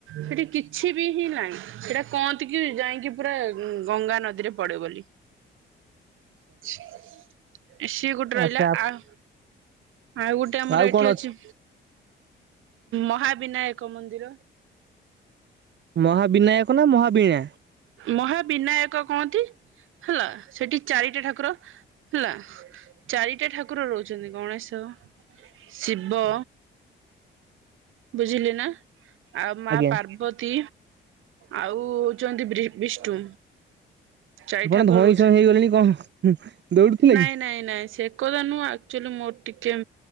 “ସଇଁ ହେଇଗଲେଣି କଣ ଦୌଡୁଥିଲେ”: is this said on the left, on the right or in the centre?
Right